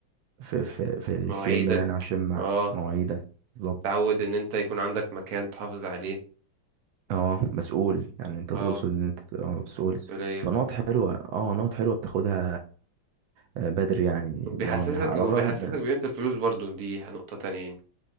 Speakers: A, on the right; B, on the right.
A: في في في الجيم
B: مواعيدك
A: يعني عشان مع-
B: اه
A: مواعيدك بالظبط
B: تعود ان انت يكون عندك مكان تحافظ عليه
A: اه مسؤول يعني انت
B: اه
A: تقصد ان انت تبقى مسؤول
B: مسؤولية
A: فنقط حلوه اه نقط حلوه بتاخدها آه، بدري يعني
B: وبيحسسك
A: نوعا ما على
B: وبيحسسك
A: الرغم ان
B: بقيمة الفلوس برضو دي نقطة تانية يعني